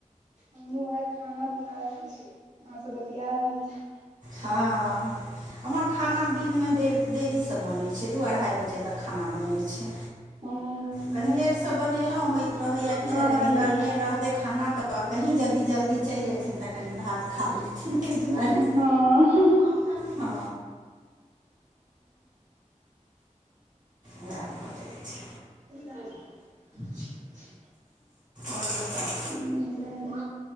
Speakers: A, on the right (about 60°); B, on the right (about 80°).
A: हमहु वेहा खाना बना रहल छी अहाँस बतिया रहल छी।
B: हँ। हमर खाना दिनमे दे देरीसँ बनैत छै दू अढ़ाइ बजे तक खाना बनैत छै।
A: हँ
B: कनि लेटसँ बनेलहुँ होइत रहैया
A: हँ
B: कि जे कनि घरमे रहतै खाना तऽ कहीँ जदि जल्दी चलि अयथिन तऽ कनि भात खा लेथीन तैहि दुआरे।
A: हँ।
B: हँ। वैह बात छै।
A: ह
B: और बताओ?
A: आओर